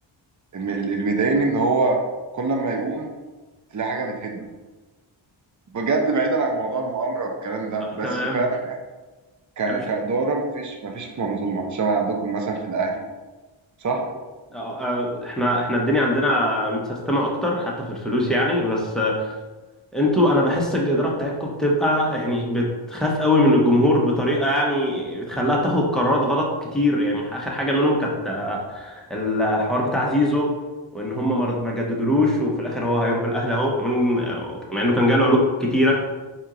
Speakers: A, on the right; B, in the centre.
A: من ال- اللي بيضايقني ان هو كل ما يقوم تلاقي حاجه بتهده بجد بعيدا عن موضوع المؤامره والكلام ده
B: آه،
A: بس
B: تمام
A: فعلا ك-
B: انا مش
A: كاداره مفيش مفيش منظومه شبه عندكم مثلا في الاهلي صح
B: انت- آه، آه، احنا احنا الدنيا عندنا متسيستمه اكتر حتى في الفلوس يعني بس آه، انتوا انا بحس الاداره بتاعتكم بتبقى يعني بتخاف قوي من الجمهور بطريقه يعني بتخليها تاخد قرارات غلط كتير يعني اخر حاجه منهم كانت آه، الحوار بتاع زيزو وان هم ما رد- ما جددولوش وفي الاخر هو هيروح الاهلي اهو من- آه، مع انه كان جاله علوق كتيره